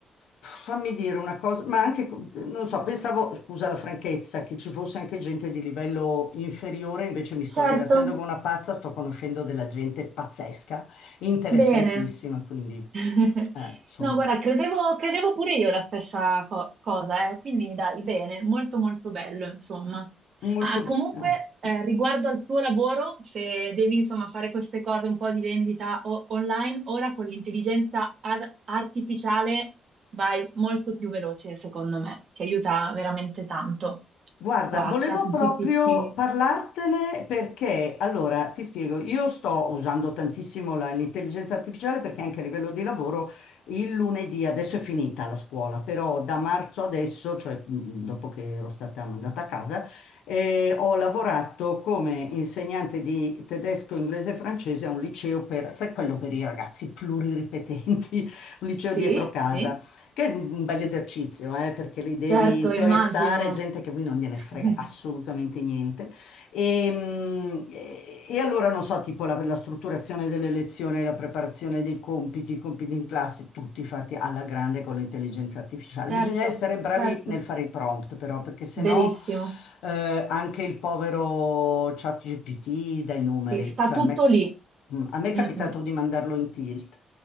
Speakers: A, on the left; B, on the right.
A: fammi dire una cosa, ma anche, non so, pensavo, scusa la franchezza, che ci fosse anche gente di livello inferiore, invece mi sto
B: Certo,
A: divertendo come una pazza, sto conoscendo della gente pazzesca, interessantissima,
B: bene.
A: quindi,
B: <laughs>
A: eh, insomma.
B: No, guarda, credevo, credevo pure io la stessa co- cosa, eh. Quindi dai, bene, molto molto bello, insomma.
A: Molto
B: Ah, comunque,
A: bene.
B: eh, riguardo al tuo lavoro, se devi insomma fare queste cose un po' di vendita o- online, ora con l'intelligenza ar- artificiale vai molto più veloce, secondo me. Ti aiuta veramente tanto.
A: Guarda,
B: Tra
A: volevo
B: GPT.
A: proprio parlartene perché, allora, ti spiego, io sto usando tantissimo la- l'intelligenza artificiale perché anche a livello di lavoro il lunedì, adesso è finita la scuola, però da marzo adesso, cioè mh, dopo che ero stata mandata a casa, eh, ho lavorato come insegnante di tedesco, inglese e francese a un liceo per, sai, quello per i ragazzi pluriripetenti, <laughs> un liceo
B: Sì,
A: dietro casa.
B: sì,
A: Che è un bel esercizio, eh, perché li devi
B: certo,
A: interessare
B: immagino.
A: gente che non gliene
B: <laughs>
A: frega assolutamente niente. E, mh, e- e allora, non so, tipo la, la strutturazione delle lezioni, la preparazione dei compiti, i compiti in classe, tutti fatti alla grande con l'intelligenza artificiale. Bisogna
B: Certo,
A: essere bravi
B: certo.
A: nel fare i prompt, però, perché sennò
B: Verissimo.
A: eh, anche il povero ChatGPT dà i numeri.
B: Sì, sta
A: Cioè,
B: tutto
A: a me,
B: lì.
A: mm, a me è capitato
B: Mm, mm.
A: di mandarlo in tilt.